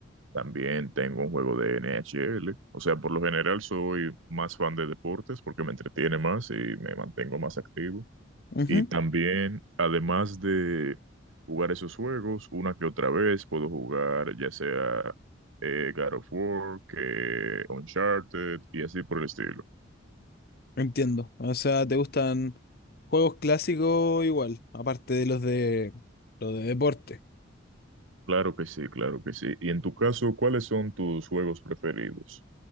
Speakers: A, on the right (about 80°); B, on the left (about 50°).
A: también tengo un juego de NHL. O sea, por lo general soy más fan de deportes porque me entretiene más y me mantengo más activo.
B: Ujú,
A: Y también, además de jugar esos juegos, una que otra vez puedo jugar ya sea eh, God of War, que Uncharted y así por el estilo.
B: Entiendo. O sea, ¿te gustan juegos clásicos igual, aparte de los de los de deporte?
A: Claro que sí, claro que sí. Y en tu caso, ¿cuáles son tus juegos preferidos?